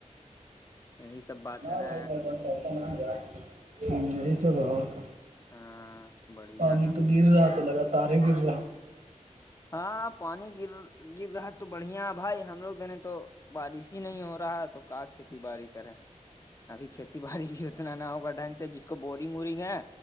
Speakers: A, on the left (about 25°); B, on the right (about 80°).
A: <unintelligible>
B: <unintelligible>
A: نا ہاں بڑھیا
B: پانی
A: ہاں
B: تو گر رہا تو لگاتار ہی گر رہا
A: ہاں پانی گر گر رہا ہے تو بڑھیا بھائی ہم لوگ نے تو بارش ہی نہیں ہو رہا ہے تو کا کھیتی باڑی کریں ابھی کھیتی باڑی بھی اتنا نہ ہوگا ڈھنگ سے جس کو بورنگ وورنگ ہے